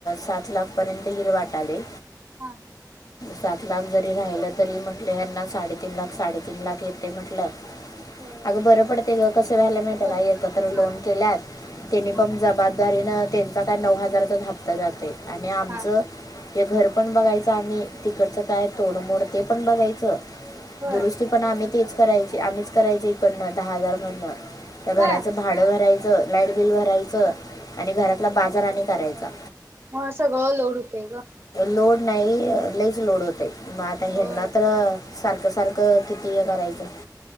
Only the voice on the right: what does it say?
हा हा.
होय.
बरं
पडतंय चालेल
हां
हां
होय
होय.
म संगळं लोढ होतय ग.
होय